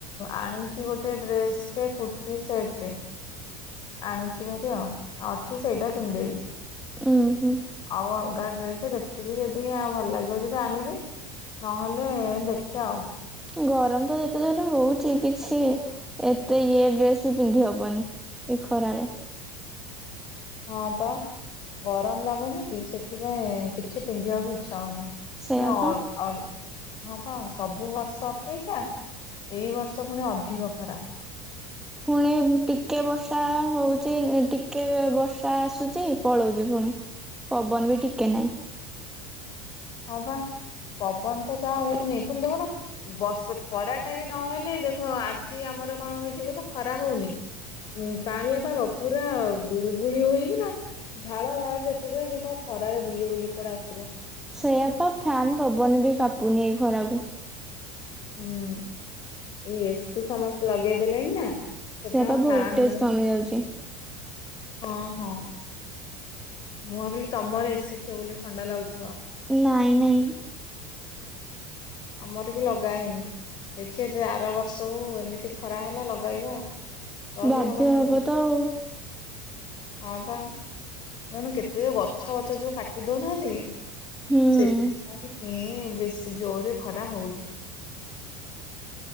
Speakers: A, on the left; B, in the centre.
A: ଆଣିଛି ଗୋଟେ ଡ୍ରେସଟେ କୁର୍ତ୍ତିୀ ସେଟଟେ ଆଣିଛି ଭାରି ଆଉ ଅଛି ସେଇଟା ପିନ୍ଧିଦେବି। <inaudible>
B: ଉୁଁ ହୁଁ
A: ଆଉ ଅଲଗା ଡ୍ରେସ ଦେଖିବି ଯଦି ଭଲ ଲାଗିବ ଯଦି ଆଣିବି ନହେଲେ ଦେଖିଆ ଆଉ।
B: ଗରମ ତ ଯେତେ ଜୋରେ ହଉଛି କିଛି ଏତେ ଇଏ ଡ୍ରେସ ପିନ୍ଧି ହବନି ଏ ଖରାରେ।
A: ହଁ ପା ଗରମ ଲାଗୁନି କି ସେଥିପାଇଁ କିଛି ପିନ୍ଧିବାକୁ ଇଛା ହଉନି। ପୁଣି
B: ସେଇଆ
A: ଅ
B: ପା।
A: ହଁ ପା ସବୁ ବର୍ଷ ଅପେକ୍ଷା ଏଇ ବର୍ଷ ପୁଣି ଅଧିକ ଖରା।
B: ପୁଣି ଟିକେ ବର୍ଷା ହଉଛି ଟିକେ ବର୍ଷା ଆସୁଛି ପଳଉଛି ପୁଣି ପବନ ବି ଟିକେ ନାହିଁ।
A: ହଁ ପା ପବନ ତ ଯାହା ହଉନି ପୁଣି ଦେଖୁନୁ ବର୍ଷ ଖରା ଟା ବି ନହେଲେ ଦେଖ ଆଜି ଆମର କଣ ହେଇଛି କହିଲ ଖରା ହଉନି କାଆଁଳିଆ ପାଗ ପୁରା ଗୁଳୁଗୁଳି ହୋଇକିନା ଝାଳ ବାହାରୁଚି ଏତେ ଯେ ଯିଏ କହିବ ଖରାରେ ବୁଲି ବୁଲି କୁଆଡେ ଆସିଲ।
B: ସେଇଆ ପା ଫ୍ୟାନ ପବନ ବି କାପୁନି ଏଇ ଖରାକୁ।
A: ହୁଁ ଏଇ ଏସିି ସମସ୍ତେ ଲଗେଇଦେଲେଣି ନା ସେଥିପାଇଁ
B: ସେଇଆ
A: ଆଉ
B: ତ ଭୋଲଟେଜ
A: ଫ୍ୟାନ୍ ଗୁରା
B: କମି ଯାଉଛି।
A: ହଁ ହଁ ମୁଁ ଭାବିଲି ତମର ଏସିଥିବ ବୋଲି ଥଣ୍ଡା ଲାଗୁ
B: ନାଇଁ ନାଇଁ।
A: ଆମର ବି ଲଗା ହେଇନି ଦେଖିଆ ଯେ ଆର ବର୍ଷ ହଉ ଏମିତି ଖରା ହେଲା ଲଗେଇବା ଆଉ। ରହିହବନି
B: ବାଧ୍ୟ ହବ
A: ନହେଲେ।
B: ତ ଆଉ।
A: ହଁ ପା ଦେଖୁନୁ କେତେ ଯୋଉ ଗଛ ପଛ ଯୋଉ କାଟି ଦଉନାହାନ୍ତି କି
B: ହୁଁ।
A: ସେଥି ପାଇଁ ଏ ବେଶୀ ଜୋରରେ ଖରା ହଉଛି।